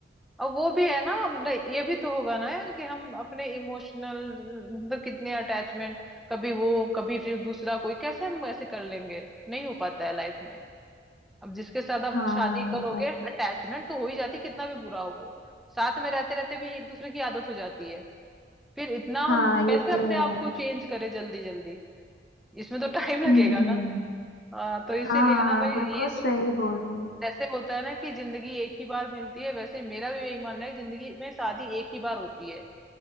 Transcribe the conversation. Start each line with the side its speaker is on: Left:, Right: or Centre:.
Centre: और वो भी है ना अब ये भी तो होगा ना यार कि हम अपने इमोशनल मतलब कितने अटैचमेंट कभी वो कभी फिर दूसरा कोई कैसे हम ऐसे कर लेंगे नहीं हो पाता है लाइफ में अब जिसके साथ आप
Left: हाँ
Centre: शादी करोगे
Left: ये बात तो
Centre: अटैचमेंट
Left: है
Centre: तो हो ही जाती है, कितना भी बुरा हो वो साथ में रहते रहते भी एक दूसरे की आदत हो जाती है फिर इतना
Left: हाँ
Centre: हम कैसे
Left: ये तो
Centre: अपने
Left: है
Centre: आप को चेंज करें जल्दी जल्दी इसमें तो <laughs> टाइम लगेगा
Left: हम्म
Centre: ना हाँ तो इसीलिए
Left: हाँ
Centre: ना भाई
Left: बिल्कुल
Centre: ये
Left: सही
Centre: जो
Left: बोल रहे हो
Centre: जैसे होता है ना कि जिंदगी एक ही बार मिलती है वैसे मेरा भी यही मानना है कि जिंदगी में शादी एक ही बार होती है